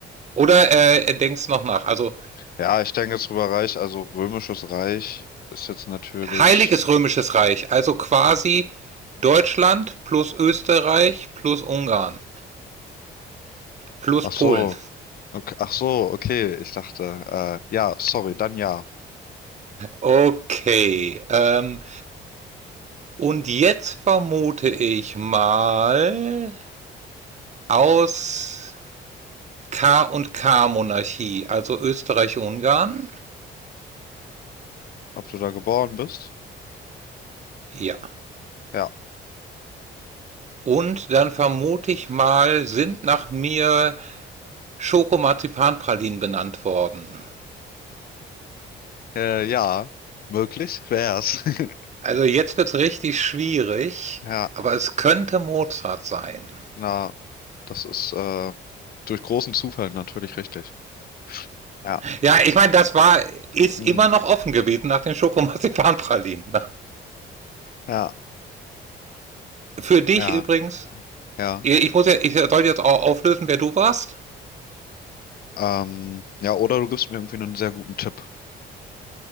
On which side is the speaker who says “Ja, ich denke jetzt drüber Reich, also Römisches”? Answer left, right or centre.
Left